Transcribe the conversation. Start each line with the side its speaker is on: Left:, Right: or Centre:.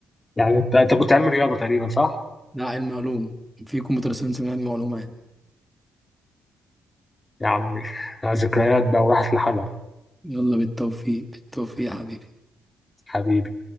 Left: يعني أنت أنت كنت علمي رياضة تقريبا صح؟
Centre: ده علم علوم في كمبيوتر ساينس من علم علوم يعني
Left: يا عمي <laughs> ذكريات بقى وراحت لحالها
Centre: يلا بالتوفيق بالتوفيق يا حبيبي
Left: حبيبي